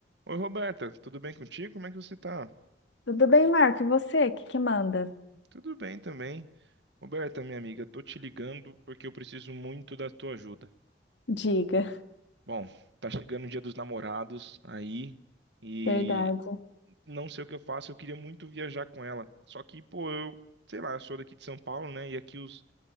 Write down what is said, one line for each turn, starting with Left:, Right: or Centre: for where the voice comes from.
Right: Oi, Roberta, tudo bem contigo? Como é que você tá?
Left: Tudo bem, Marco? E você? O que que manda?
Right: Tudo bem também. Roberta, minha amiga, tô te ligando porque eu preciso muito da tua ajuda.
Left: Diga.
Right: Bom, tá chegando o Dia dos Namorados aí e
Left: Verdade.
Right: não sei o que eu faço, eu queria muito viajar com ela. Só que, pô, eu, sei lá, eu sou daqui de São Paulo, né? E aqui os,